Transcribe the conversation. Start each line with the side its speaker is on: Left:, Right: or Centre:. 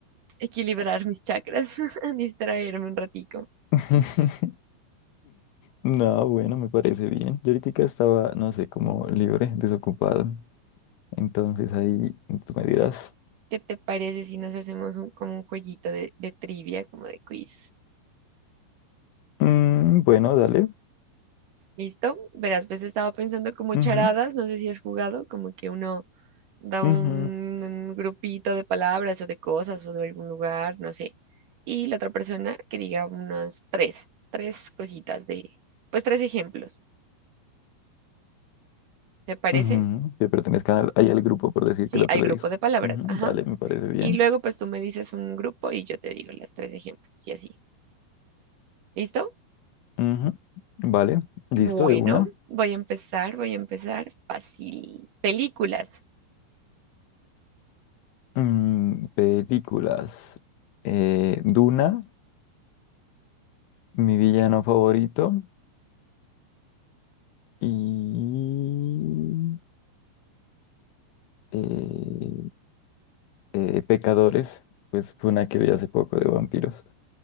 Right: equilibrar mis chakras, <laughs> distraerme un ratico.
Left: <laughs> No, bueno, me parece bien. Yo ahorita estaba, no sé, como libre, desocupado. Entonces ahí tú me dirás,
Right: ¿Qué te parece si nos hacemos un, como un jueguito de, de trivia, como de quiz?
Left: "Mm, bueno, dale.
Right: ¿Listo? Verás, pues he estado pensando como
Left: Ujú,
Right: charadas, no sé si has jugado, como que uno da
Left: ujú,
Right: un grupito de palabras o de cosas o de algún lugar, no sé. Y la otra persona que diga unos tres, tres cositas de, pues tres ejemplos, ¿te parece?
Left: ujú". Que pertenezca al- ahí al grupo por decir
Right: Sí,
Left: que el otro
Right: al grupo
Left: le dijo.
Right: de palabras,
Left: "Ujú,
Right: ajá.
Left: dale, me parece bien.
Right: Y luego pues tú me dices un grupo y yo te digo los tres ejemplos y así. ¿Listo?
Left: Ujú, Vale, listo,
Right: Bueno,
Left: de una.
Right: voy a empezar, voy a empezar fácil. Películas.
Left: Mm, películas. Eh, Duna, mi villano favorito. Y eh, eh, Pecadores, pues fue una que vi hace poco de vampiros.